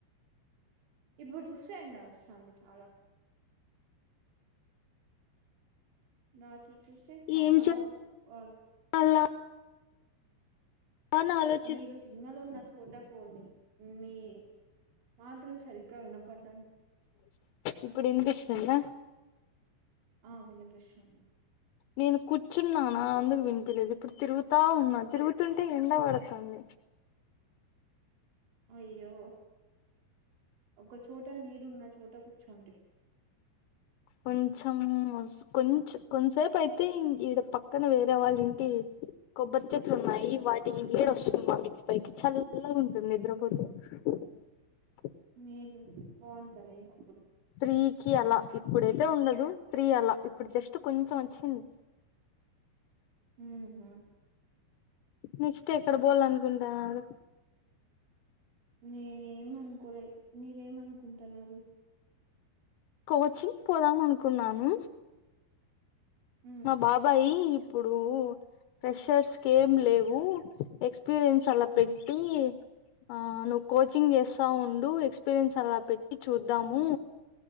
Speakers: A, on the right; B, on the left.
A: ఇప్పుడు చూసే ఎండి వస్తది చాలా రాత్రి చూస్తే చాలా
B: ఏం
A: వాలు
B: చేయాలా అని ఆలోచిస్
A: మీరు సిగ్నల్ ఉన్నచ్ చోట పోండి మీ మాటలు సరిగ్గా వినపడ్
B: ఇప్పుడు ఇనిప్పిస్తుంద
A: ఆ వినిపిస్తుంది
B: నేను కూర్చున్నాన అందుకు వినిపిలేదు ఇప్పుడు తిరుగుతా ఉన్నాను తిరుగుతుంటే ఎండ బడతాంది
A: అయ్యో ఒకచోట నీడున్న చోట కూర్చోండి
B: కొంచెం కొంచం కొంతసేపైతే ఈడ పక్కన వేరే వాళ్ళ ఇంటి కొబ్బరి చెట్లు ఉన్నాయి వాటి నీడ వస్తుంది మా ఇంటి పైకి చల్లగ ఉంటుంది నిద్రపోతే అ
A: మేలు బావుంటదిగ అప్పుడు
B: త్రీకి అలా ఇప్పుడైతే ఉండదు త్రీ అల ఇప్పుడు జస్ట్ కొంచెం వచ్చింది
A: మ్ హు
B: నెక్స్ట్ ఎక్కడ బోలనుకుంటన్నారు
A: నేనే ఏం అనుకోలే మీరేమనుకుంటున్నారు
B: కోచింగ్ పోదాం అనుకున్నాను
A: ఉ
B: మా బాబాయి ఇప్పుడు ఫ్రెషర్స్కి ఏం లేవు ఎక్ క్స్పిరియన్స్ అలా
A: ఉ
B: పెట్టి ఆ నువ్వు కోచింగ్ చేస్తా ఉం డు ఎక్స్పీరియన్స్ అలా పెట్టి చూద్దాము